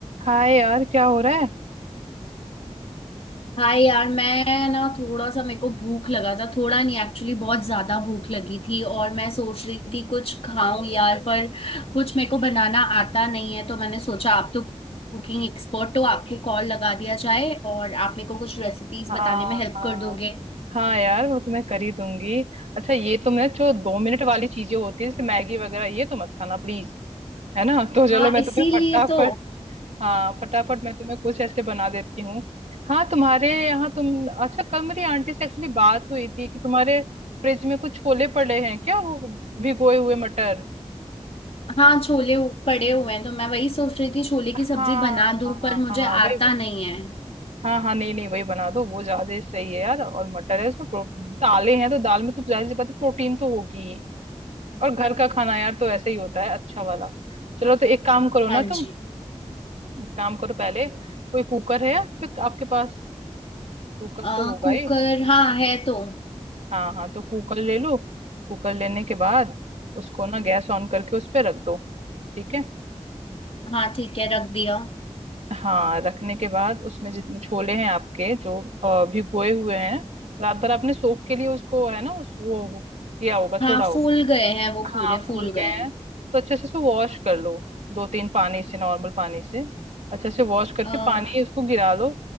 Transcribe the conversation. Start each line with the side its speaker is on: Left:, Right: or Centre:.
Right: हाय यार क्या हो रहा है
Left: हाय यार मैं ना थोड़ा सा मेरे को भूख लगा था थोड़ा नहीं एक्चुअली बहुत ज्यादा भूख लगी थी और मैं सोच रही थी कुछ खाऊं यार पर कुछ मेरे को बनाना आता नहीं है तो मैंने सोचा आप तो कुकिंग एक्सपर्ट हो आपको कॉल लगा दिया जाए और आप मेरे को कुछ रेसिपीज
Right: हाँ
Left: बताने में हेल्प
Right: हाँ
Left: कर दोगे
Right: हाँ यार वो तो मैं कर ही दूंगी अच्छा ये तो मैं जो दो मिनट वाली चीजें होती है जैसे मैगी वगैरह ये तो मत खाना प्लीज है ना तो चलो
Left: हाँ
Right: मैं
Left: इसीलिए
Right: तुम्हें फटाफट
Left: तो
Right: हाँ फटाफट मैं तुम्हें कुछ ऐसे बना देती हूँ हाँ तुम्हारे यहाँ तुम अच्छा कल मेरी आंटी से एक्चुअली बात हुई थी कि तुम्हारे फ्रिज में कुछ छोले पड़े हैं क्या वो भिगोए हुए मटर
Left: हाँ छोले पड़े हुए हैं तो मैं वही सोच रही थी छोले की
Right: हाँ
Left: सब्जी बना दूं
Right: हाँ
Left: पर मुझे
Right: हाँ
Left: आता
Right: वही वही।
Left: नहीं है
Right: हाँ हाँ नहीं नहीं वही बना दो वो ज्यादा सही है यार और मटर है उसमें प्रो... दालें हैं तो दाल में तो जाहिर सी बात है प्रोटीन तो होगी ही। और घर का खाना यार तो ऐसे ही होता है अच्छा वाला चलो तो एक काम करो
Left: हाँ
Right: ना तुम
Left: जी
Right: एक काम करो पहले कोई कुकर है आपके आपके पास कुकर
Left: अ,
Right: तो होगा
Left: कुकर
Right: ही
Left: हाँ है तो
Right: हाँ हाँ तो कुकर ले लो कुकर लेने के बाद उसको ना गैस ऑन करके उस पर रख दो ठीक है
Left: हाँ ठीक है रख दिया
Right: हाँ रखने के बाद उसमें जितने छोले हैं आपके जो अ, भिगोए हुए हैं रात भर आपने सोख के लिए उसको है ना उस वो किया होगा छोड़ा
Left: हाँ
Right: होगा
Left: फूल गए हैं वो पूरे
Right: हाँ
Left: फूल
Right: फूल
Left: गए
Right: गए
Left: हैं
Right: हैं तो अच्छे से उसको वॉश कर लो दो तीन पानी से नॉर्मल पानी से अच्छे से वॉश करके
Left: आ,
Right: पानी उसको गिरा लो